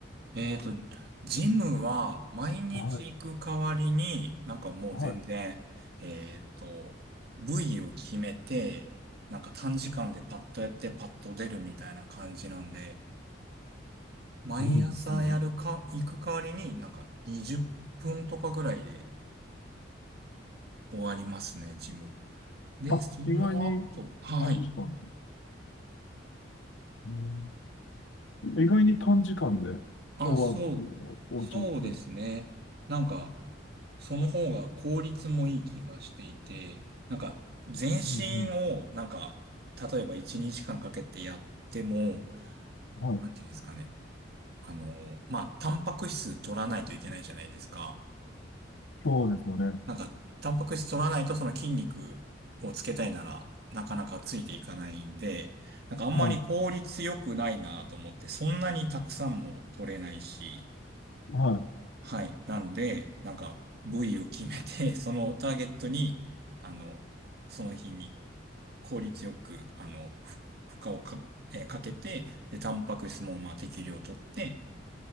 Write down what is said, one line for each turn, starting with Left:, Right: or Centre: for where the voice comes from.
Right: えっと、ジムは毎日行く代わりに、
Left: はい。
Right: なんかもう全然、
Left: はい。
Right: えっと、部位を決めて、なんか短時間でパッとやってパッと出るみたいな感じなんで、毎朝やるか、
Left: 無理ですね。
Right: 行く代わりになんか20分とかぐらいで終わりますね、ジム。で、
Left: あ、
Right: その後、
Left: 意外に短時間。
Right: はい。
Left: うん意外に短時間で
Right: あ、
Left: 終わ、
Right: そう、
Left: 終わっちゃうんですね。
Right: そうですね。なんか、その方が効率もいい気がしていて、なんか、全身を、
Left: うんう
Right: なんか、例えば1、2時間かけてやっても、
Left: ん。はい。
Right: なんていうんですかね。あの、まあ、タンパク質取らないといけないじゃないですか。
Left: そうですよね。
Right: なんか、タンパク質取らないとその筋肉をつけたいなら、なかなかついていかないんで、なんかあんまり効率良くないなと思って、
Left: はい。
Right: そんなにたくさんも取れないし、
Left: はい。
Right: はい。なんで、なんか、部位を決めて、<laughs> そのターゲットに、あの、その日に効率よく、あの、ふ負荷をか、えーかけて、で、タンパク質も、まあ、適量取って、